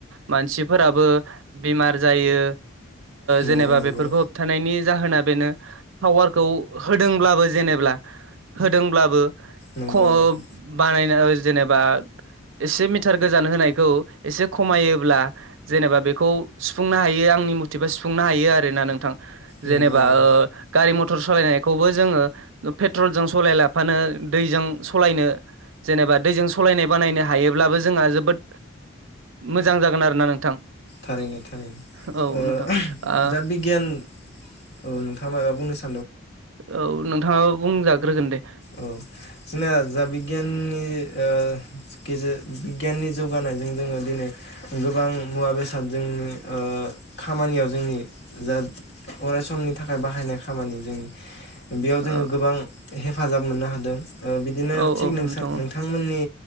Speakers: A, on the right; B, on the left.
A: मानसिफोराबो बेमार जायो
B: नंगौ
A: जेनेबा
B: नंगौ
A: बेफोरखौ होबथा नायनि जाहोना बेनो टावारखौ होदोंब्लाबो जेनेब्ला होदोंब्लाबो
B: नंगौ
A: खह
B: नंगौ
A: बानायनो जेनेबा एसे मिटार गोजान होनायखौ एसे खमायोब्ला जेनेबा बेखौ सुफुंनो हायो आं आंनि मथिबा सुफुंनो हायो आरो ना नोंथां
B: नंगौ
A: जेनेबा
B: नंगौ
A: ओ गारि मथर टर सालायनायखौबो जोङो पेट्रलजों सलाया लाफानो दैजों सालायनो जेनेबा दैजों सलायनाय बानायनो हायोब्लाबो जोंहा जोबोद मोजां जागोन आरो ना नोंथां
B: थारैनो थारैनो
A: औ
B: ओ
A: नोंथां ओ
B: दा बिगियान औ नोंथाङा माबा बुंनो सा
A: औ नोंथाङाबो बुंजाग्रोगोन दे
B: औ जोंना जा बिगियाननि ओ गेजेरजों बिगियाननि जौगानायजों जोङो दिनै गोबां मुवा बेसाद जोंनि खामानियाव जोंनि जा अराय समनि थाखाय बाहायनाय खामानि जोंनि बेयाव
A: औ
B: जोङो गोबां हेफाजाब मोननो हादों बिदिनो
A: औ
B: थिग नोंसोर
A: नोंथां औ
B: नोंथांमोननि